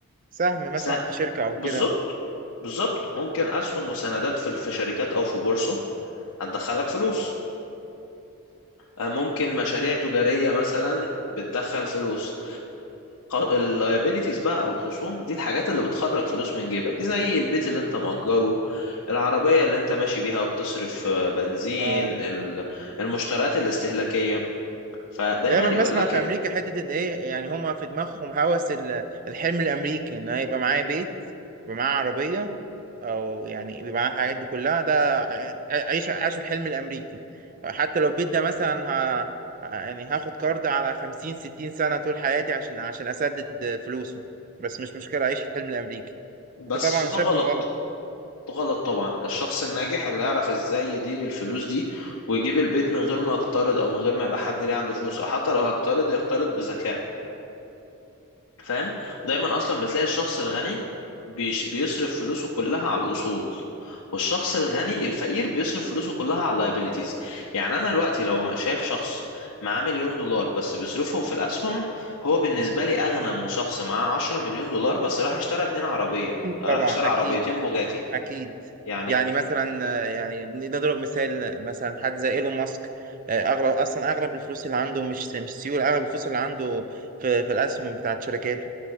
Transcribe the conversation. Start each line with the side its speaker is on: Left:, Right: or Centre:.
Right: سهم مثلا
Left: س-
Right: في شركه او
Left: بالظبط
Right: كده
Left: بالظبط ممكن أسهم وسندات في في شركات أو في بورصة هتدخلك فلوس آه، ممكن مشاريع تجارية مثلا بتدخل فلوس اللايبيليتيز بقى او الخصوم دي الحاجات اللي بتخرج فلوس من جيبك زي البيت اللي انت مأجره العربية اللي انت ماشي بيها وبتصرف آه، بنزين
Right: اه
Left: ال- المشتريات الاستهلاكية فدايما
Right: دايما
Left: يقولك
Right: بسمع في
Left: ان
Right: امريكا حته ان ايه يعني هما في دماغهم هوس ال- الحلم الامريكي ان أنا يبقى معايا بيت يبقى معايا عربيه او يعني يبقى معايا الحاجات دي كلها ده ع- عيش عاش الحلم الامريكي حتى لو البيت ده مثلا ه... يعني هاخد كارد على 50 60 سنه طول حياتي عشان عشان اسدد فلوسه بس مش مشكله اعيش الحلم الامريكي
Left: بس
Right: انت طبعا
Left: ده
Right: شايف
Left: غلط
Right: انه غلط
Left: ده غلط طبعا الشخص الناجح اللي يعرف ازاي يدير الفلوس دي ويجيب البيت من غير ما يقترض او من غير ما يبقى حد ليه عنده فلوس او حتى لو هيقترض يقترض بذكاء فاهم ودايما اصلا بتلاقي الشخص الغني بيش بيصرف فلوسه كلها على الاصول والشخص الغني الفقير بيصرف فلوسه كلها على اللايبيليتيز يعني انا دلوقتي لو ما- شايف شخص معاه مليون دولار بس بيصرفهم في الاسهم هو بالنسبه لي اغنى من شخص معاه 10 مليون دولار بس راح اشترى اتنين عربيه
Right: <laughs>
Left: راح
Right: طبعا
Left: اشترى
Right: اكيد
Left: عربيتين بوجاتي
Right: أكيد
Left: يعني
Right: يعني مثلا آه، يعني نضرب مثال مثلا حد زي إيلون ماسك آه، أغلب أصلا أغلب الفلوس اللي عنده مش مش سيولة أغلب الفلوس اللي عنده في, في الأسهم بتاعت شركاته